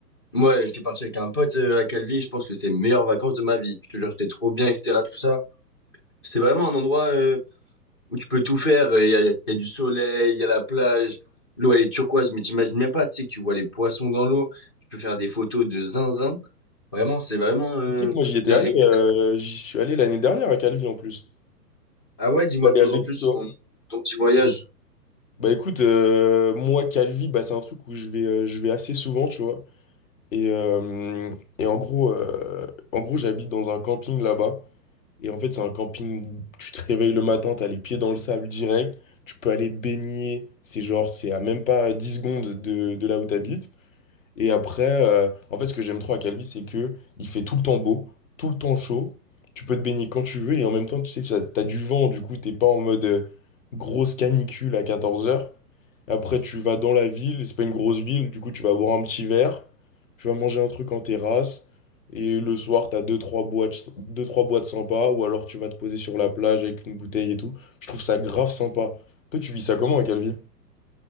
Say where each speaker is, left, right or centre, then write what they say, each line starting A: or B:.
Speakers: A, on the left (about 15°); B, on the left (about 50°).
A: Moi, j'étais parti avec un pote euh, à Calvi. Je pense que c'est les meilleures vacances de ma vie. Je te jure, c'était trop bien, etc. Tout ça. C'est vraiment un endroit euh, où tu peux tout faire. Il y a, y a du soleil, il y a la plage. L'eau, elle est turquoise, mais t'imagines même pas. Tu sais que tu vois les poissons dans l'eau. Tu peux faire des photos de zinzin. Vraiment, c'est vraiment euh,
B: Tu sais que moi, j'y étais
A: la
B: allé,
A: règle.
B: euh, j'y suis allé l'année dernière à Calvi en plus.
A: Ah ouais, dis-moi
B: T'es
A: de plus
B: allé avec
A: en plus
B: qui,
A: sur
B: toi?
A: ton, ton petit voyage.
B: Bah écoute, euh, moi, Calvi, bah, c'est un truc où je vais, euh, je vais assez souvent, tu vois. Et, euh, et en gros, euh, en gros, j'habite dans un camping là-bas. Et en fait, c'est un camping, où tu te réveilles le matin, t'as les pieds dans le sable direct, tu peux aller te baigner. C'est genre, c'est à même pas 10 secondes de, de là où tu et après, euh, en fait, ce que j'aime trop à Calvi, c'est que il fait tout le temps beau, tout le temps chaud. Tu peux te baigner quand tu veux et en même temps, tu sais, t'as, t'as du vent, du coup, t'es pas en mode euh, grosse canicule à 14 heures. Après, tu vas dans la ville, c'est pas une grosse ville, du coup, tu vas boire un petit verre, tu vas manger un truc en terrasse et le soir, t'as deux, trois boîtes, deux, trois boîtes sympas ou alors tu vas te poser sur la plage avec une bouteille et tout. Je trouve ça grave sympa. Toi, tu vis ça comment à Calvi?